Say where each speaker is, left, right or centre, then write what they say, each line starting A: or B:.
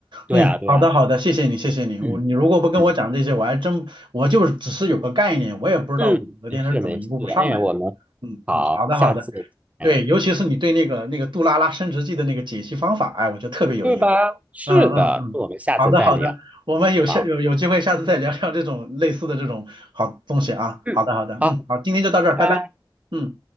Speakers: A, on the right; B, on the right.
A: 对啊对啊。
B: 嗯，好的好的，谢谢你谢谢你。
A: 嗯
B: 我你如果不跟我讲这些，
A: 嗯
B: 我还真我就是只是有个概念，我也不知道武则天是怎么一步步上来的。
A: 嗯，没事没事，哎呀，我们
B: 嗯嗯，
A: 好，
B: 好的好的，
A: 下次见，
B: 对，尤其是你对那个那个杜拉拉升职记的那个解析方法，哎，我觉得特别有意思。
A: 对吧？是的，
B: 嗯嗯嗯，
A: 那我们下次再聊。
B: 好的好的，我们有下有有机会下次再聊聊这种类似的这种好东西啊。
A: 好，嗯，
B: 好的好的，
A: 好，
B: 嗯，好，今天就到这儿，
A: 拜拜。
B: 拜拜。嗯。